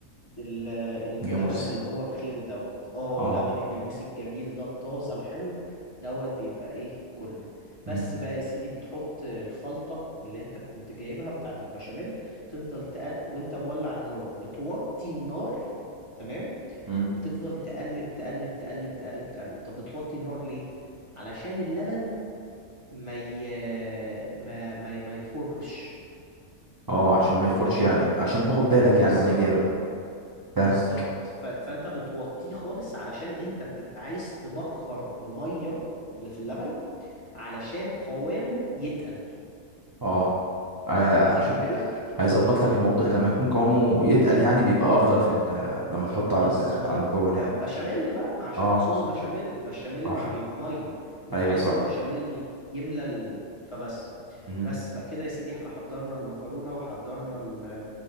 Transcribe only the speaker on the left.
ال- اللبن
اللي هو بخيره دوت اه
لبن الجاموسي الجميل ده الطازة الحلو دوت بيبقى ايه كله
بس بقى يا سيدي بتحط الخلطة اللي انت كنت جايبها بتاعت البشاميل تفضل تق... وانت مولع النار بتوطي النار تمام
وبتفضل تقلب تقلب تقلب تقلب تقلب طب بتوطي النار ليه علشان اللبن ما ي... ما ما, ما يفرش
تمام
بالظبط
بالظبط
ف... فانت بتوطيه خالص علشان انت بتبقى عايز تبخر الميه اللي في اللبن علشان قوامه يتقل
اخد
لي بالك
بالظبط
ب- بشاميل بقى ما عشان
صوص بشاميل البشاميل
مش بيبقى ميه انت
عايز
البشاميل يب- يملى ال... فبس
بس بقى كده يا سيدي احنا حضرنا المكرونه وحضرنا ال-